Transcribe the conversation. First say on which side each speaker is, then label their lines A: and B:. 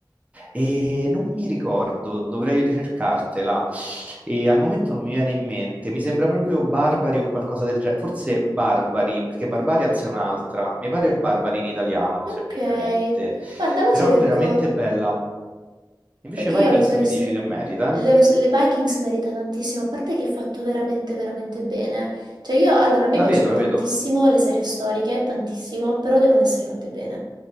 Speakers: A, on the right; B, on the right.
A: e non mi ricordo, dovrei ricercartela. E al momento non mi viene in mente. Mi sembra proprio Barbari o qualcosa del genere. Forse Barbari, perché Barbarians è un'altra. Mi pare Barbari in italiano,
B: Ok.
A: semplicemente.
B: Guarda, la
A: Però
B: cerco.
A: veramente bella. Invece
B: Perché
A: Vikings
B: io le serie...
A: mi
B: s-
A: dici che merita,
B: Le,
A: eh?
B: le Vikings merita tantissimo, a parte che è fatto veramente, veramente bene. Cioè io, allora, a me
A: La
B: piacciono
A: vedo, la
B: tantissimo
A: vedo.
B: le serie storiche, tantissimo, però devono essere fatte bene.